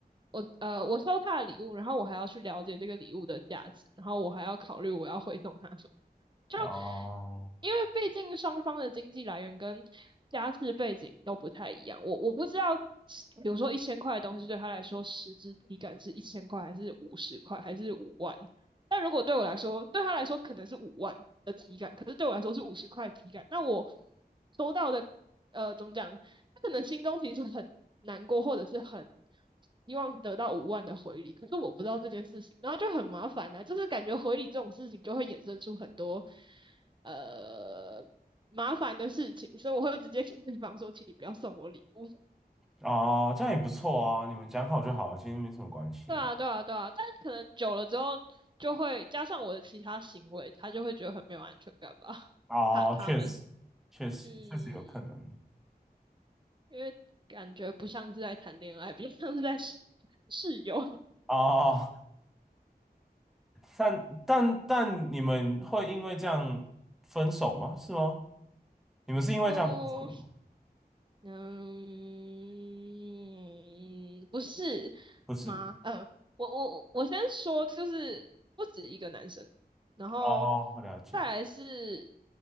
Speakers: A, on the right (about 30°); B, in the centre.
A: 我呃我收他的礼物，然后我还要去了解这个礼物的价值，然后我还要考虑我要回送他什么。就
B: 哦
A: 因为毕竟双方的经济来源跟家世背景都不太一样，我我不知道，比如说一千块的东西对他来说实质体感是一千块，还是五十块，还是五万？但如果对我来说，对他来说可能是五万的体感，可是对我来说是五十块体感。那我收到的，呃，怎么讲？他可能心中其实很难过，或者是很希望得到五万的回礼，可是我不知道这件事情，然后就很麻烦呐、就是感觉回礼这种事情就会衍生出很多呃麻烦的事情，所以我会直接跟对方说，请你不要送我礼物。
B: 哦，这样也不错啊，你们讲好就好，其实没什么关系啊。
A: 对啊，对啊，对啊，但可能久了之后，就会加上我的其他行为，他就会觉得很没有安全感吧。
B: 哦，
A: <laughs> 他他们，
B: 确实，确实，
A: 嗯，因
B: 确实有可能
A: 为感觉不像是在谈恋爱，比较像是在 <laughs> 室友。
B: 哦。但但但你们会因为这样分手吗？是吗？你们是因为这样分手的吗？
A: <laughs> 哦，嗯，不是吗？
B: 不是
A: 呃，我我我先说，就是不止一个男生，然后
B: 哦，我了解。
A: 再来是